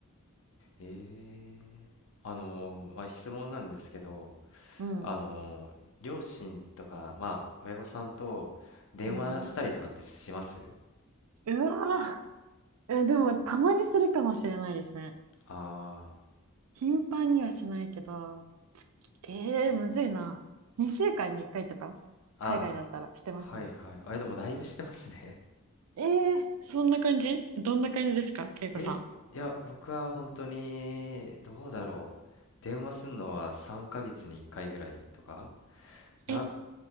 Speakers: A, on the left (about 65°); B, on the right (about 85°).
A: ー、えー、あのーまあ、質問なんですけど、
B: うん。
A: あのー両親とか、まあ、親御さんと電話したりとかってします
B: うん、うわーえ、でもたまにするかもしれないですね。
A: あ
B: 頻繁にはしないけど、つえー、むずいな。2週間に1回とか、
A: ー、
B: 海外だったらしてましたね。
A: あ、はいはい。あ、でもだいぶしてますね
B: ええそんな感じどんな感じですか恵子さん。
A: え、いや、僕は本当に、どうだろう。電話すんのは3ヶ月に1回ぐらいとかな、
B: え、